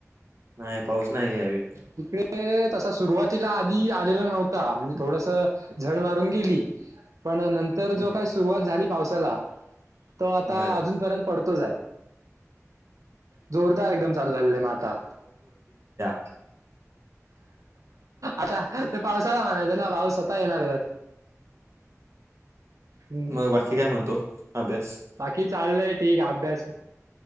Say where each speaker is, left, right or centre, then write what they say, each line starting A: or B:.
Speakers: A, on the right (about 55°); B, on the right (about 75°).
A: नाही. पाऊस नाही यावी
B: इकडे तसा सुरुवात तिला आधी आलेला नव्हता म्हणजे थोडस झड मारून गेली पण नंतर
A: ठीक
B: जो
A: आहे
B: काय सुरुवात झाली पावसाला तो आता
A: बर
B: अजूनपर्यंत पडतो जोरदार एकदम चालू झा आहे म आाता
A: थ
B: आता ते पावसाला म्हणायच ना पाऊ स्वतः येणार वर हम्म
A: मग बाकी काय म्हणतो अभ्यास
B: बाकी चाललंय ठीक आहे अभ्यास